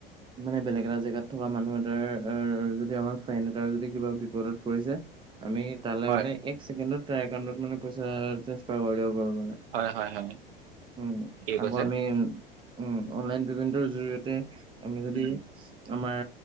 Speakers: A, on the right; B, on the right.
A: মানে, বেলেগ এটা জেগাত থকা মানুহ এটাৰ, যদি আমাৰ ফ্ৰেণ্ড এটাৰ যদি কিবা বিপদত পৰিছে, আমি তালৈ
B: হয়,
A: এক ছেকেণ্ডত, তাৰ একাউণ্টত মানে, পইচা ট্ৰেন্ঞ্চফাৰ কৰি দ'ব পাৰো মানে।
B: হয়, হয়, হয়।
A: উম আকৌ
B: কৈছে,
A: আমি, অন- অনলাইন পে'মেণ্টৰ জৰিয়তে আমি যদি
B: উম,
A: আমাৰ